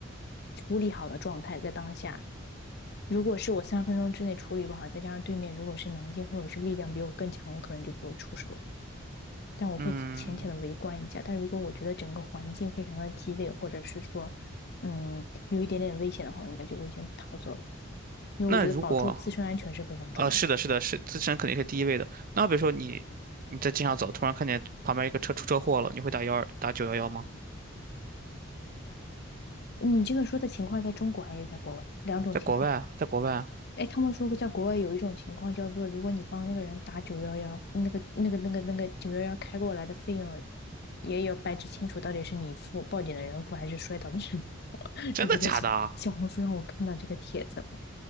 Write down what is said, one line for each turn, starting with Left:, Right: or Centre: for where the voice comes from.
Left: 处理好的状态，在当下。如果是我三分钟之内处理不好，再加上对面如果是男性或者是力量比我更强，我可能就不会出手了。但我会浅浅的围观一下。
Right: 嗯，
Left: 但如果我觉得整个环境非常的激烈，或者是说，嗯，有一点点危险的话，我应该就会先逃走了，因为我觉得保住自身安全是非常重要的。
Right: 那如果呃，是的，是的，是自身肯定是第一位的。那比如说你你在街上走，突然看见旁边一个车出车祸了，你会打幺二打九幺幺吗？
Left: 你这个说的情况在中国还是在国外？两种情况。
Right: 在国外啊，在国外啊，
Left: 哎，他们说过，在国外有一种情况叫做，如果你帮那个人打九幺幺，那个、那个、那个、那个九幺幺开过来的费用，也要掰扯清楚到底是你付，报警的人付还是摔倒的人付。<laughs>
Right: 真的假的啊？
Left: 这不在小小红书上我看到这个帖子了